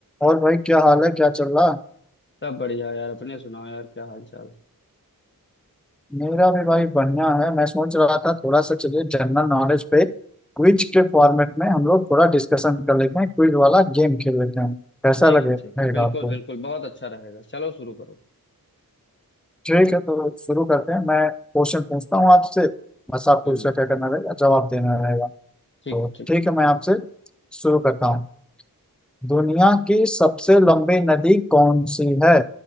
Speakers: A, in the centre; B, on the left (about 30°).
A: और भाई क्या हाल है क्या चल रहा
B: सब बढ़िया यार अपने सुनाओ यार क्या हाल चाल
A: मेरा भी भाई बढ़िया है मैं सोच रहा था थोड़ा सा चलिए जनरल नॉलेज पे क्विज के फॉर्मेट में हम लोग थोड़ा डिस्कशन कर लेते हैं क्विज वाला गेम खेल लेते हैं कैसा
B: ठीक
A: लगे
B: है
A: रहेगा
B: ठीक है बिल्कुल
A: आपको
B: बिल्कुल बहुत अच्छा रहेगा चलो शुरू करो
A: ठीक है तो शुरू करते हैं मैं क्वेश्चन पूछता हूँ आपसे बस आपको
B: हम्म
A: उसका क्या करना रहेगा जवाब देना रहेगा
B: ठीक
A: तो
B: है ठीक
A: ठीक है मैं आपसे शुरू करता हूँ दुनिया की सबसे लंबी नदी कौन सी है